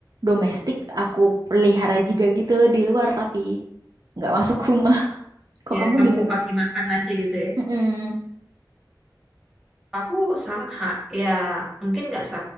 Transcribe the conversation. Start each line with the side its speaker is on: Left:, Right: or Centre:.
Right: domestik aku pelihara juga gitu di luar tapi nggak masuk rumah. Kok
Centre: Ya,
Right: kamu
Centre: kamu
Right: gimana?
Centre: kasih makan aja gitu ya.
Right: Mm-mm.
Centre: Aku sama, ya mungkin nggak se,